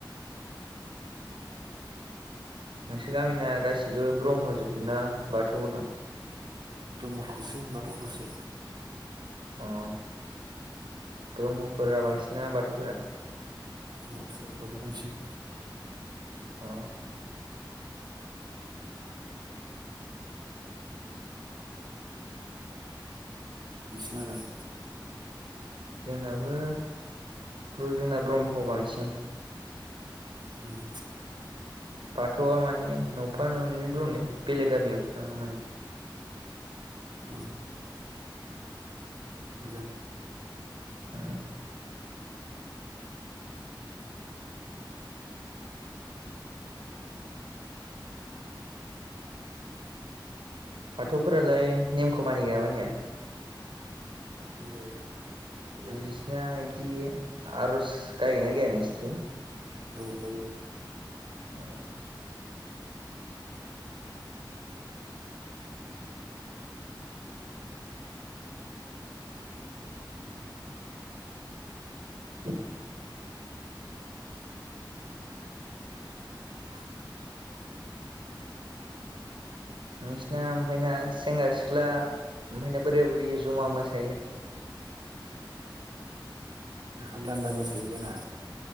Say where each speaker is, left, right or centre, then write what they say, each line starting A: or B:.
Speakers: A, on the right; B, on the right.
A: नोंसोर गामिना गासिबो ब्रह्म जोब ना बाथौबो दं?
B: ब्रह्म खावसे बाथौ खावसे।
A: ओम ब्रह्मफोरा बांसिन ना बाथौफोरा?
B: बाथौ बाथौ बांसिन।
A: अ
B: नोंसिनालाय?
A: जोंनाबो जोंना ब्रह्म बांसिन।
B: <inaudible>
A: बाथौआ माने न'फा न'नै दंलै बेलेग गामियावसो थाङो माने।
B: अ मोजां
A: ओं बाथौफोरालाय नेमखौ मानिगोन ना मानिया?
B: मानियो। मोजाङैनो
A: इसिना बिदि आर'ज गायो ना गाया नोंसोरथिं?
B: औ गायो।
A: औ <inaudible>
B: <inaudible>
A: नोंसिना ओमफ्रायना सेंग्रा सिख्ला ओमफ्रायना बोराय बुरै जमा मोसा
B: आलादा मोसायो जोंना।